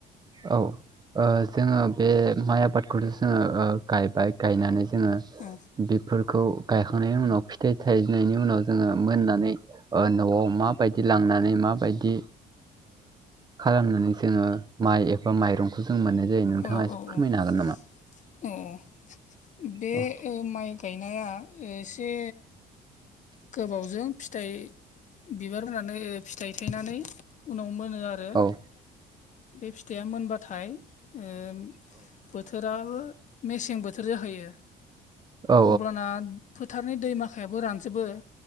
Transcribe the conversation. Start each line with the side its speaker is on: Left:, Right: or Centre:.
Right: औ जोङो बे माइ आबादखौनो जोङो गायबाय गायनानै जोङो
Left: औ
Right: बेफोरखौ गायखांनायनि उनाव फिथाइ थायजिनायनि उनाव जोङो मोननानै ओ न'आव माबायदि लांनानै माबायदि खालामनानै जोंङो माइ एबा माइरंखौ जों मोननाय जायो।
Left: औ औ
Right: एसे
Left: औ औ
Right: फोरमायनो हागोन नामा?
Left: औ बे
Right: औ
Left: ओ माइक गायनाया एसे गोबावजों फिथाइ बिबार होनानै फिथाइ थायनानै उनाव मोनो आरो। आरो
Right: औ
Left: बे फिथाइया मोनबाथाय ओ बोथोराबो मेसें बोथोर जाहैयो
Right: औ
Left: अब्लाना फोथारनि दैमाखायाबो रानजोबो